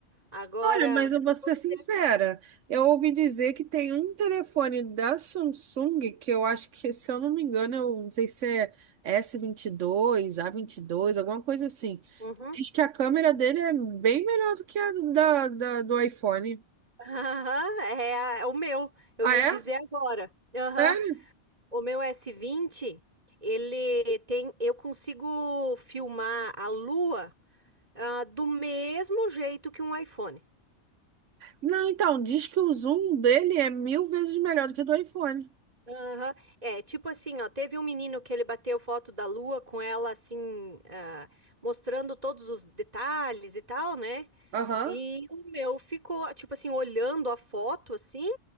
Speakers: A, on the right (about 35°); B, on the right (about 85°).
A: Agora,
B: Olha, mas
A: se
B: eu vou ser
A: você.
B: sincera. Eu ouvi dizer que tem um telefone da Samsung que eu acho que, se eu não me engano, eu não sei se é S22, A22, alguma coisa assim.
A: Uhum.
B: Diz que a câmera dele é bem melhor do que a da, da- do iPhone.
A: Aham, é, é o meu. Eu
B: Ah,
A: ia
B: é?
A: dizer agora. Aham.
B: Sério?
A: O meu S20, ele tem. Eu consigo filmar a lua, ah, do mesmo jeito que um iPhone.
B: Não, então, diz que o zoom dele é mil vezes melhor do que o do iPhone.
A: Aham. É, tipo assim, ó, teve um menino que ele bateu foto da lua com ela assim, ah, mostrando todos os detalhes e tal, né?
B: Aham.
A: E o meu ficou, tipo assim, olhando a foto assim,